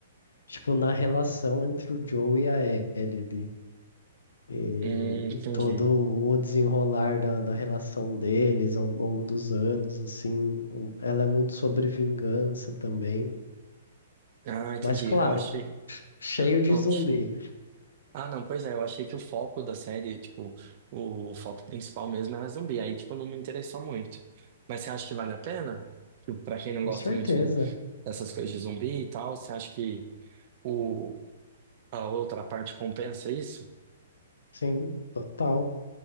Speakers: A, on the left; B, on the right.
A: tipo, na relação entre o Joe e a Ellie ali. E,
B: Hum, entendi.
A: e todo o desenrolar da, da relação deles ao longo dos anos, assim, um- ela é muito sobre vingança também.
B: Ah, entendi.
A: Mas claro,
B: Eu achei.
A: cheio
B: Eu,
A: de
B: eu,
A: zumbi,
B: Ah, não, pois é, eu achei que o foco da série, tipo, o foco principal mesmo era zumbi, aí, tipo, não me interessou muito. Mas você acha que vale a pena? Tipo, Pra quem não
A: com
B: gosta
A: certeza,
B: muito de- dessas coisas de zumbi e tal, você acha que o, a outra parte compensa isso?
A: sim, total.